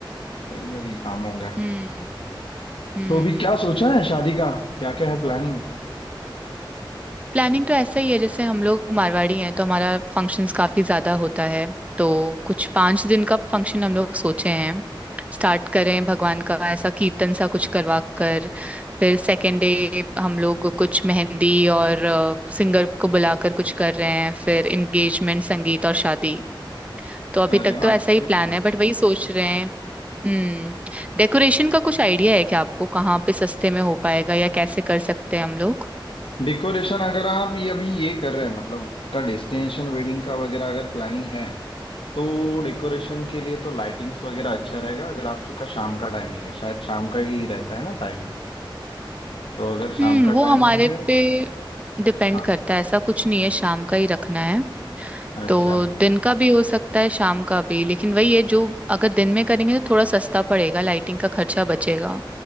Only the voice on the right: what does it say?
हम्म हम्म
प्लानिंग तो ऐसा ही है जैसे हम लोग मारवाड़ी हैं तो हमारा फंक्शंस काफी ज्यादा होता है तो कुछ पांच दिन का फंक्शन हम लोग सोचे हैं स्टार्ट करें भगवान का ऐसा कीर्तन सा कुछ करवा कर फिर सेकेंड डे हम लोग कुछ मेहंदी और सिंगर को बुलाकर कुछ कर रहे हैं फिर एंगेजमेंट संगीत और शादी तो अभी
तक
तो ऐसा ही
प्लान
है बट
वही सोच रहे हैं हम्म डेकोरेशन का कुछ आइडिया है क्या आपको कहाँ पे सस्ते में हो पाएगा या कैसे कर सकते हैं हम लोग
हम्म
वो
हमारे
पे डिपेंड
करता है ऐसा कुछ नहीं है शाम का ही रखना है
तो दिन का भी हो सकता है शाम का भी लेकिन वही है जो अगर दिन में करेंगे तो थोड़ा सस्ता पड़ेगा लाइटिंग का खर्चा बचेगा